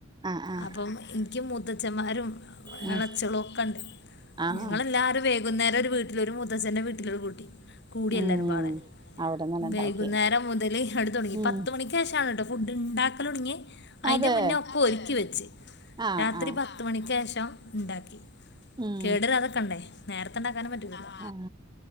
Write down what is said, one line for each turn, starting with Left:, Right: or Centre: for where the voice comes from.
Right: ആഹ് ആഹ്
Left: അപ്പം എനിക്ക് മൂത്തച്ഛന്മാരും
Right: ഉം
Left: ഇളച്ചളും ഒക്കെ ണ്ട്
Right: ആഹ്
Left: ഞങ്ങളെല്ലാരും വൈകുന്നേരം ഒരു വീട്ട് <unintelligible> അഛന്റെ വീട്ടിലാ കൂട്ട് കൂടി <unintelligible>
Right: ഉം അവിടന്നന്നെ
Left: വൈകുന്നേരം
Right: ഇണ്ടാക്കിയേ
Left: മുതൽ അവിടെ തുടങ്ങി
Right: ഉം
Left: പത്ത് മണിക്ക് ശേഷമാണ് കേട്ടോ ഫുഡ് ഉണ്ടാക്കൽ ഉട ആയിൻ്റെ
Right: അതെ
Left: മുന്നേ ഒക്കെ ഒരുക്കി വെച്ച്
Right: ആഹ്
Left: രാത്രി
Right: ആഹ്
Left: പത്ത്മണിക്ക്ശേഷം <unintelligible> ഉണ്ടാക്കി
Right: ഉം
Left: കേടാരാതെക്കണ്ടേ നേരത്തെണ്ടാക്കാനും പറ്റൂലല്ലോ
Right: ആ